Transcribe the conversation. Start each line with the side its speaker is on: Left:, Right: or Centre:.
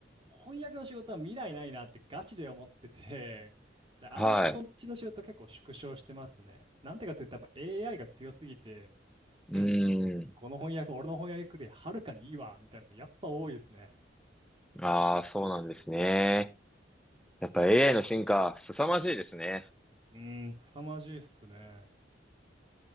Right: 翻訳の仕事は未来ないなってガチで思ってて、であんまりそっちの仕事結構縮小してますね。
Centre: はい。
Right: なんてかって言ったらやっぱ AI が強すぎて、
Centre: う
Right: うん、
Centre: ん。
Right: この翻訳、俺の翻訳よりはるかにいいわ、みたいなのやっぱ多いですね。
Centre: ああ、そうなんですね。やっぱ AI の進化、凄まじいですね。
Right: うーん、凄まじいっすね。